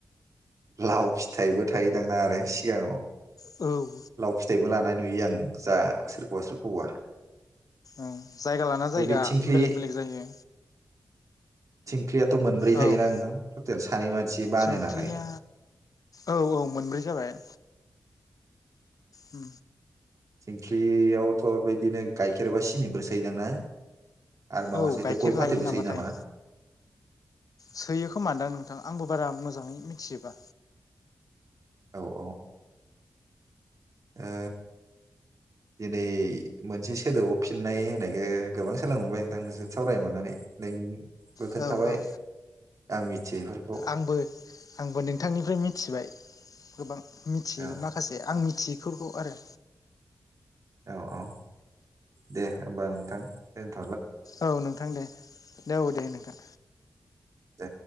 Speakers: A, on the right; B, on the left.
A: लाव फिथाइबो थायोदां ना आरो सिगाङाव?
B: औ औ
A: लाव फिथाइबो लानाय नुयो आं जा सोरखौबा सोरखौबा।
B: औ जायगा लाना
A: बे
B: जायगा
A: बे थिंख्लि
B: बेलेग बेलेग जायो।
A: फख्रियाथ' मोनब्रै थायोना
B: औ
A: नोंथां टटेल सानै मानसि बानो
B: थिंख्लिया
A: नालाय
B: औ औ मोनब्रै जाबाय उ
A: थिंख्लि यावथ' बिदिनो गाइखेर बा सिनिबो सोयो दां ना? आरो मा
B: औ
A: मा सोयो
B: गाइखेर
A: गय फाथैबो
B: लायो नामाथाय
A: सोयो नामा?
B: सोयो खोमानदां नोंथां आंबो बारा मोजाङै मिथिजोबा।
A: औ औ ओ दिनै मोनसे सोदोबाव फिननाय होननायखो गोबां सोलोंबाय नोंथांजोंसो सावरायनो मोननानै नों बो खोन्थाबाय
B: औ औ
A: मिथियैफोरखौ
B: आंबो आंबो नोंथांनिफ्राय मिथिबाय। गोबां मिथियै
A: औ
B: माखासे आं मिथियैफोरखौ आरो
A: औ औ दे होमबा नोंथां दोन
B: औ नोंथां दे दे औ दे नोंथां
A: दे